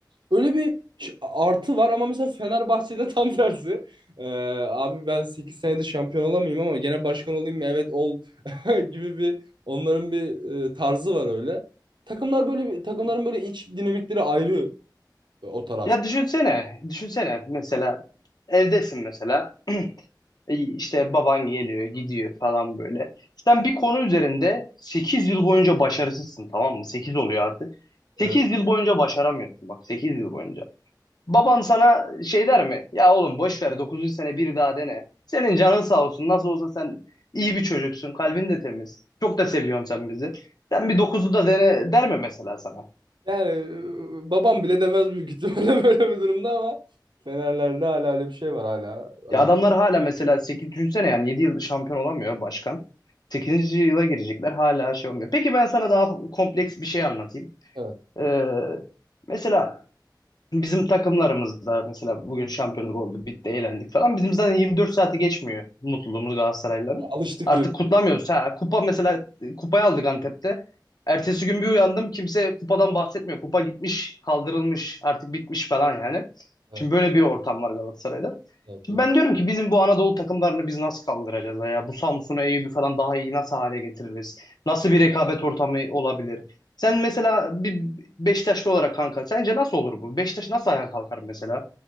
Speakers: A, on the right; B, on the left.
A: Öyle bir ş- artı var ama mesela Fenerbahçe'de <laughs> tam tersi. Ee, abi ben 8 senede şampiyon olamayayım ama gene başkan olayım mı? Evet ol <laughs> gibi bir onların bir e, tarzı var öyle. Takımlar böyle bir takımların böyle iç dinamikleri ayrı e, o taraf.
B: Ya düşünsene, düşünsene mesela evdesin mesela <clears throat> E, işte baban geliyor gidiyor falan böyle. Sen bir konu üzerinde 8 yıl boyunca başarısızsın tamam mı? 8 oluyor artık.
A: Evet.
B: 8 yıl boyunca başaramıyorsun bak sekiz yıl boyunca. Baban sana şey der mi? Ya oğlum boş ver dokuzuncu sene bir daha dene. Senin canın sağ olsun nasıl olsa sen iyi bir çocuksun kalbin de temiz. Çok da seviyorsun sen bizi. Sen bir dokuzu da dene der mi mesela sana?
A: Yani e, babam bile demez büyük ihtimalle <laughs> böyle bir durumda ama Fenerlerde hala öyle bir şey var hala. Öyle.
B: Ya adamlar hala mesela 8 düşünsene yani 7 yıl şampiyon olamıyor başkan. sekizinci yıla girecekler hala şey olmuyor. Peki ben sana daha kompleks bir şey anlatayım.
A: Evet.
B: Ee, mesela Bizim takımlarımızda mesela bugün şampiyonluk oldu, bitti, eğlendik falan. Bizim zaten 24 saati geçmiyor mutluluğumuz Galatasaraylıların.
A: Alıştık
B: Artık
A: diyor.
B: kutlamıyoruz. Ha, kupa mesela kupayı aldık Antep'te. Ertesi gün bir uyandım kimse kupadan bahsetmiyor. Kupa gitmiş, kaldırılmış, artık bitmiş falan yani.
A: Evet,
B: Şimdi böyle bir ortam var Galatasaray'da.
A: evet,
B: Şimdi
A: doğru.
B: ben diyorum ki bizim bu Anadolu takımlarını biz nasıl kaldıracağız ya? Bu Samsun'u, Eyüp'ü falan daha iyi nasıl hale getiririz? Nasıl bir rekabet ortamı olabilir? Sen mesela bir Beşiktaşlı olarak kanka sence nasıl olur bu? Beşiktaş nasıl ayağa kalkar mesela?